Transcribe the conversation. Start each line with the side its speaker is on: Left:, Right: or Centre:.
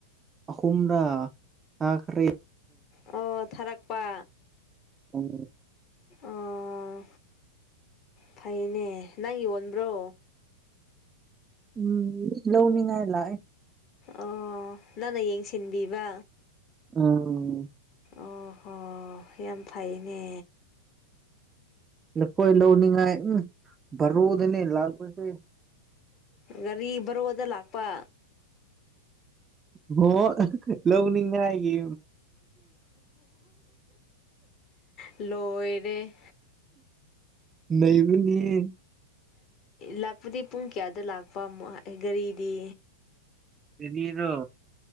Right: ꯑꯍꯨꯝꯗꯥ ꯑꯈꯔꯤ
Left: ꯑꯣ ꯊꯥꯔꯛꯄ
Right: ꯎꯝ
Left: ꯑꯣ ꯐꯩꯅꯦ ꯅꯪ ꯌꯣꯟꯕ꯭ꯔꯣ
Right: ꯎꯝ ꯂꯧꯕꯅꯤꯡꯉꯥꯏ ꯂꯑ
Left: ꯑꯣ ꯅꯪꯅ ꯌꯦꯡꯁꯤꯟꯕꯤꯕ
Right: ꯑꯝ
Left: ꯑꯣ ꯍꯣ ꯌꯥꯝ ꯐꯩꯅꯦ
Right: ꯂꯐꯣꯏ ꯂꯧꯅꯤꯡꯉꯥꯏ ꯎꯝ ꯔꯗꯅꯤꯅꯦ ꯂꯥꯜꯄꯥꯁꯦ
Left: ꯒꯥꯔꯤ ꯕꯔꯣꯗ ꯂꯥꯛꯄ
Right: ꯍꯣꯏ ꯂꯧꯅꯤꯉꯏꯒꯤ
Left: ꯂꯣꯏꯔꯦ
Right: ꯅꯕꯨꯅꯤꯍꯦ
Left: ꯂꯥꯛꯄꯗꯤ ꯄꯨꯡ ꯀꯌꯥꯗ ꯂꯥꯛꯄ ꯒꯥꯔꯤꯗꯤ
Right: ꯒꯔꯤꯔꯣ